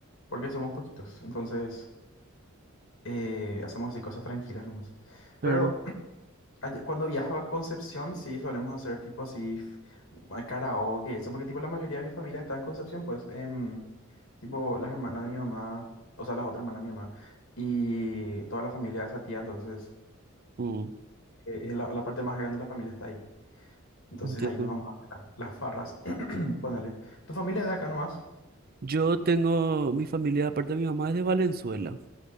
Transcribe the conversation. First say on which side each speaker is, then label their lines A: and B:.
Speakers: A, on the left; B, on the right.
A: porque somos poquitos, entonces... eh, hacemos así cosas tranquilas nomás.
B: Claro.
A: Pero <clears throat> allá- cuando viajo a Concepción, sí solemos hacer tipo así f- karaoke, eso, porque tipo la mayoría de mi familia está en Concepción, pues, em, tipo las hermanas de mi mamá, o sea, las otras hermanas de mi mamá, y toda la familia de esa tía, entonces,
B: Mm,
A: eh, es la, la parte más grande de la familia está ahí. Entonces
B: entiendo.
A: ahí nos vamos a la- las farras, <clears throat> ponele. ¿Tu familia es de acá nomás?
B: Yo tengo mi familia, aparte de mi mamá, es de Valenzuela.